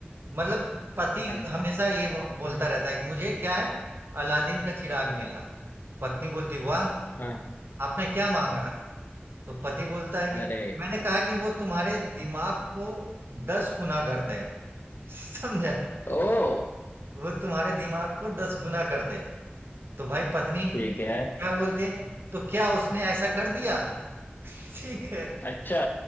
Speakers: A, on the right (about 65°); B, on the left (about 55°).
A: मतलब पति
B: हाँ
A: हमेशा
B: हाँ
A: ये वो- बोलता रहता है कि मुझे क्या है अलादीन का चिराग मिला पत्नी बोलती वाह
B: हाँ। हाँ।
A: आपने क्या मांगा तो पति बोलता है
B: अरे
A: कि मैंने कहा कि वो तुम्हारे दिमाग को दस गुना कर दे <laughs> समझा
B: ओ
A: वो तुम्हारे दिमाग को दस गुना कर दे तो भाई पत्नी
B: ठीक है
A: क्या बोलती है तो क्या उसने ऐसा कर दिया <laughs> ठीक है
B: अच्छा